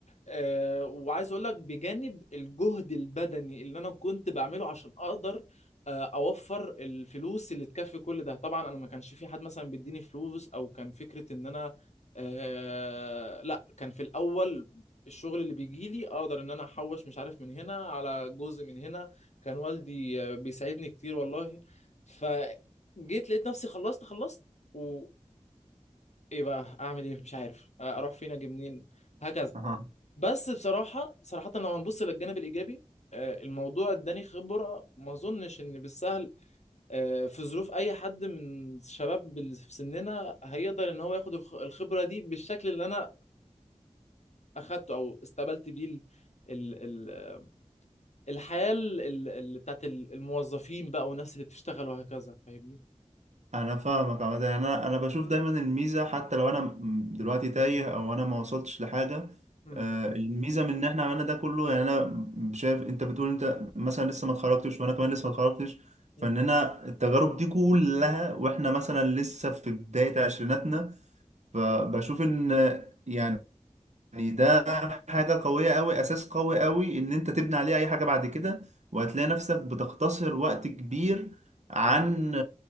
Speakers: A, on the left; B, on the right.
A: آه، وعايز اقول لك بجانب الجهد البدني اللي انا كنت بعمله عشان اقدر آه، اوفر الفلوس اللي تكفي كل ده طبعا انا ما كانش في حد مثلا بيديني فلوس او كان فكرة ان انا آه لا كان في الاول الشغل اللي بيجي لي اقدر ان انا احوش مش عارف من هنا على جزء من هنا كان والدي آه، بيساعدني كتير والله فجيت لقيت نفسي خلصت خلصت وايه بقى اعمل ايه مش عارف آه، اروح فين اجي منين هكذا.
B: اها
A: بس بصراحة صراحة لو هنبص للجانب الإيجابي آه، الموضوع اداني خبرة ما أظنش إن بالسهل آه، في ظروف أي حد من الشباب بال- في سننا هيقدر إن هو ياخد الخ- الخبرة دي بالشكل اللي أنا أخدته أو استقبلت بيه ال- ال- ال- الحياة ال- ال- ال- بتاعت ال- الموظفين بقى والناس اللي بتشتغل وهكذا فاهمني؟
B: انا فاهمك عامه يعني انا انا بشوف دايما الميزه حتى لو انا م- دلوقتي تايه او انا ما وصلتش لحاجه
A: امم
B: آه، الميزه من ان احنا عملنا ده كله يعني انا شايف انت بتقول انت مثلا لسه ما اتخرجتش وانا كمان لسه ما اتخرجتش
A: امم
B: فاننا التجارب دي كلها واحنا مثلا لسه في بدايه عشريناتنا فبشوف ان يعني يعني ده حاجة قوية قوي أساس قوي قوي إن أنت تبني عليه أي حاجة بعد كده وهتلاقي نفسك بتختصر وقت كبير عن
A: صح